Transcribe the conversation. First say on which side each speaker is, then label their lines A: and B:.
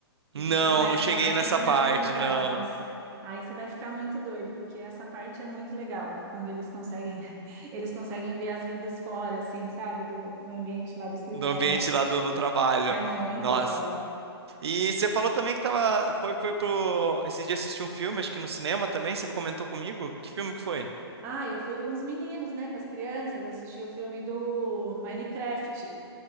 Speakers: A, on the right; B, on the right.
A: Não,
B: Porque acho que é mais,
A: não cheguei
B: é mais
A: nessa
B: pro final
A: parte,
B: da temporada.
A: não.
B: Nossa, aí você vai ficar muito doido, porque essa parte é muito legal, quando eles conseguem, <laughs> eles conseguem ver as vidas fora, assim, sabe, do, do ambiente lá do escritório,
A: No ambiente
B: né?
A: lá do, do trabalho.
B: É muito
A: Nossa,
B: legal.
A: E você falou também que tava, foi, foi pro, esse dia assistir um filme, acho que no cinema também, você me comentou comigo. Que filme que foi?
B: Ah, eu fui com os meninos, né, com as crianças, assisti o filme do Minecraft.